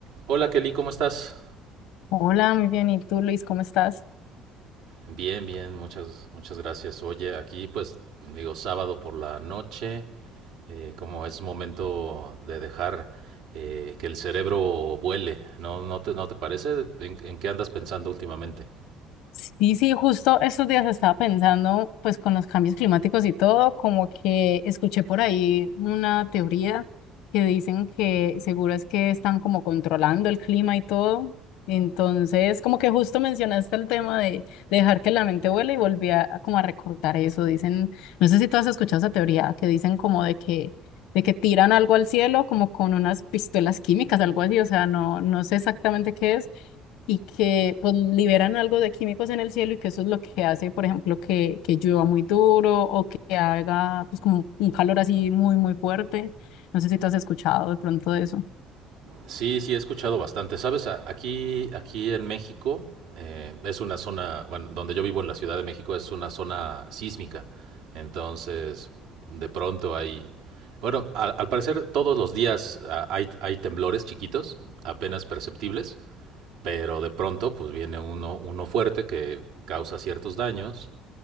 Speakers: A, on the right; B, on the left.
A: Hola Kelly, ¿cómo estás?
B: Hola, muy bien. ¿Y tú, Luis, cómo estás?
A: Bien, bien, muchas, muchas gracias. Oye, aquí pues digo sábado por la noche, eh, como es momento de dejar eh, que el cerebro vuele, ¿no, no te, no te parece? ¿En, en qué andas pensando últimamente?
B: Sí, sí, justo estos días estaba pensando, pues con los cambios climáticos y todo, como que escuché por ahí una teoría que dicen que seguro es que están como controlando el clima y todo. Entonces, como que justo mencionaste el tema de, de dejar que la mente vuele y volví a, a como a recordar eso. Dicen, no sé si tú has escuchado esa teoría, que dicen como de que de que tiran algo al cielo como con unas pistolas químicas, algo así, o sea, no, no sé exactamente qué es y que pues liberan algo de químicos en el cielo y que eso es lo que hace, por ejemplo, que, que llueva muy duro o que haga pues como un calor así muy, muy fuerte. No sé si tú has escuchado de pronto de eso.
A: Sí, sí, he escuchado bastante. Sabes, A- aquí, aquí en México eh, es una zona, bueno, donde yo vivo en la Ciudad de México es una zona sísmica. Entonces, de pronto hay, bueno, al, al parecer todos los días ah, hay, hay temblores chiquitos, apenas perceptibles, pero de pronto pues viene uno, uno fuerte que causa ciertos daños.